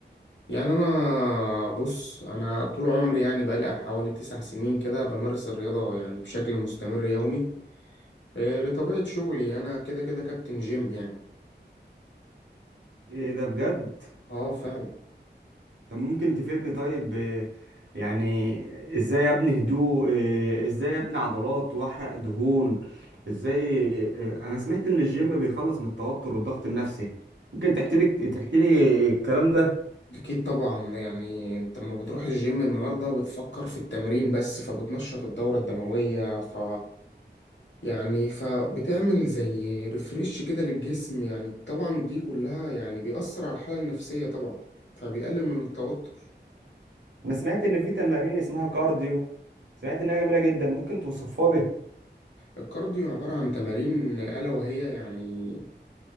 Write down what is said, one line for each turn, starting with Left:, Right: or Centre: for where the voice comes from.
Left: يعني انا بص انا طول عمري يعني بقالي حوالي تسع سنين كده بمارس الرياضة يعني بشكل مستمر يومي إيه لطبيعة شغلي انا كده كده كابتن جيم يعني
Right: ايه ده بجد
Left: اه فعلا
Right: طب ممكن تفيدني طيب ب... يعني ازاي ابني هدوء إيه، ازاي ابني عضلات واحرق دهون ازاي إيه، انا سمعت ان الجيم بيخلص من التوتر والضغط النفسي ممكن تحكي لي تحكي لي الكلام ده
Left: أكيد طبعا يعني أنت لما بتروح الجيم النهاردة بتفكر في التمرين بس فبتنشط الدورة الدموية ف يعني فبتعمل زي ريفريش كده للجسم يعني طبعا دي كلها يعني بيأثر على الحالة النفسية طبعا فبيقلل من التوتر
Right: انا سمعت ان في تمارين اسمها كارديو سمعت انها جميله جدا ممكن توصفها لي
Left: الكارديو عبارة عن تمارين ألا وهي يعني